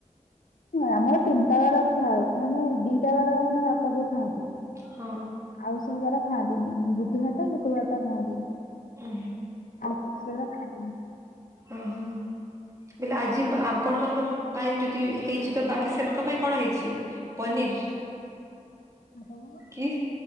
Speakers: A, on the left (about 80°); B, on the right (about 20°).
A: ନାଁ ଆମର ତିନିଟା ବାର ଖିଆ ହୁଏ। ମାନେ ଦିଟା ବାର ମାନେ ବାପା ବୋଉ ଖାଆନ୍ତି।
B: ହଁ।
A: ଆଉ ସବୁ ବାର ଖାଆନ୍ତିନି ବୁଧବାର ଟା ଶୁକୃବାର ଟା ଖାଆନ୍ତି।
B: ଉଁ
A: ଆଉ କଣ ଶେରା ଖାନ୍ତିନୀ।
B: ଉହୁଁ ହେଲେ ଆଜିବ୍ ଆପଣ ମାନଙ୍କମ୍ ପାଇଁ ଯଦି ହେଇଛି ତ ବାକି ସେମାଙ୍କ ପାଇଁ କଣ ହେଇଛି ପନିର?
A: ବାପା
B: କି